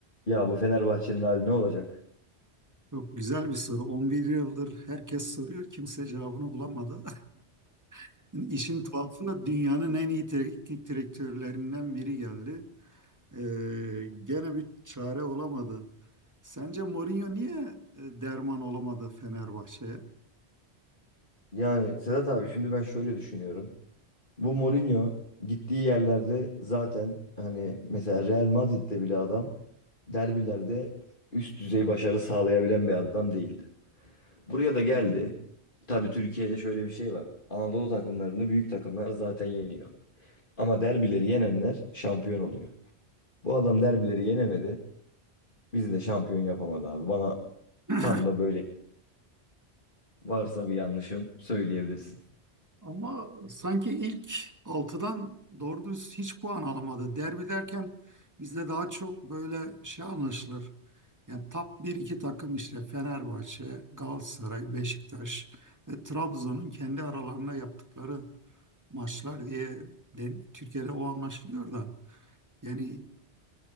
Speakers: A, on the left (about 50°); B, on the right (about 15°).
A: Ya bu Fenerbahçe'nin hali ne olacak?
B: Çok güzel bir soru. 11 yıldır herkes soruyor, kimse cevabını bulamadı. <laughs> İşin tuhafı da dünyanın en iyi teknik direktörlerinden biri geldi. Ee, gene bir çare olamadı. Sence Mourinho niye e, derman olamadı Fenerbahçe'ye?
A: Yani Sedat abi şimdi ben şöyle düşünüyorum. Bu Mourinho gittiği yerlerde zaten hani mesela Real Madrid'de bile adam derbilerde üst düzey başarı sağlayabilen bir adam değildi. Buraya da geldi. Tabii Türkiye'de şöyle bir şey var. Anadolu takımlarını büyük takımlar zaten yeniyor. Ama derbileri yenenler şampiyon oluyor. Bu adam derbileri yenemedi. Bizi de şampiyon yapamadı abi. Bana
B: <clears throat>
A: tam da böyle varsa bir yanlışım söyleyebilirsin.
B: Ama sanki ilk altıdan doğru dürüst hiç puan alamadı. Derbi derken bizde daha çok böyle şey anlaşılır. Yani top bir iki takım işte Fenerbahçe, Galatasaray, Beşiktaş ve Trabzon'un kendi aralarına yaptıkları maçlar diye de- Türkiye'de o anlaşılıyor da. Yani